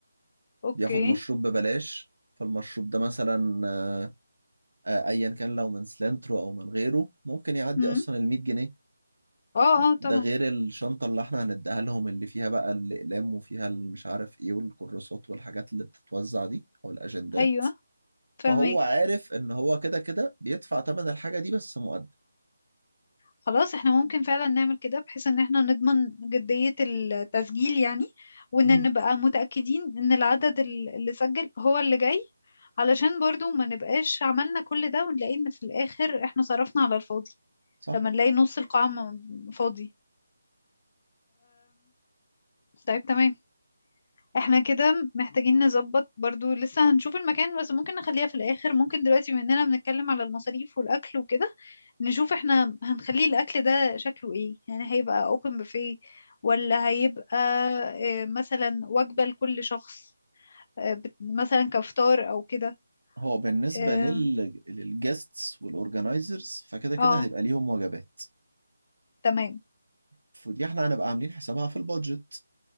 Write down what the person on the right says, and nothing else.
بياخد مشروب ببلاش فالمشروب ده مثلا آه، آه، ايا كان لو من سلنترو او من غيره ممكن يعدي
اصلا ال 100 جنيه
ده
غير الشنطه اللي احنا هنديها لهم اللي فيها بقى الاقلام وفيها مش عارف ايه والكراسات والحاجات اللي بتتوزع دي او الاجندات
فهو عارف ان هو كده كده بيدفع ثمن الحاجه دي بس مقدم
مم.
صح
هو بالنسبة
لل للجيستس والأورجنايزرز فكده كده
هيبقى ليهم وجبات
فدي احنا هنبقى عاملين حسابها في البادجت